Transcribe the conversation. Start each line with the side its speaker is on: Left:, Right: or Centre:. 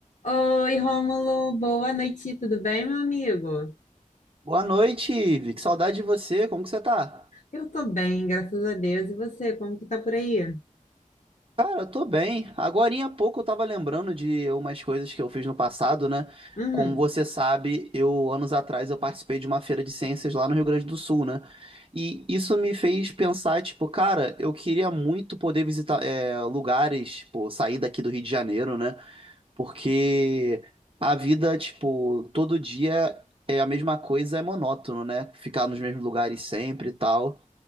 Left: Oi, Rômulo, boa noite, tudo bem, meu amigo?
Right: Boa noite, Ivi. Que saudade de você. Como que você tá?
Left: Eu tô bem, graças a Deus. E você, como que tá por aí?
Right: Cara, tô bem. Agorinha há pouco eu tava lembrando de umas coisas que eu fiz no passado, né?
Left: Uhum.
Right: Como você sabe, eu anos atrás eu participei de uma feira de ciências lá no Rio Grande do Sul, né? E isso me fez pensar, tipo, cara, eu queria muito poder visitar é, lugares, pô, sair daqui do Rio de Janeiro, né? Porque a vida, tipo, todo dia é a mesma coisa, é monótono, né? Ficar nos mesmos lugares sempre e tal.